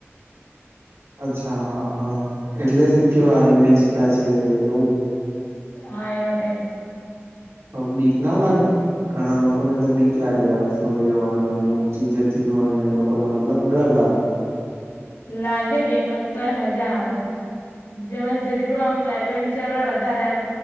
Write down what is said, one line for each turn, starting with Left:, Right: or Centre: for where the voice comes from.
Right: અચ્છા હા હા એટલે કેવા ઇમેજિકા છે એવું
Left: હા એવા ટાઇપ
Right: હ બીક ના લાગે ઘણા લોકોને તો બીક લાગે રાઈદસમાં બેહવાની એમ ઉંચી જતી હોય ને એ લોકોને મતલબ ડર લાગે
Left: લાગે એવી તો પણ મજા આવે જેમાં જેટલું આમ એડવેન્ચર હોય વધારે એમ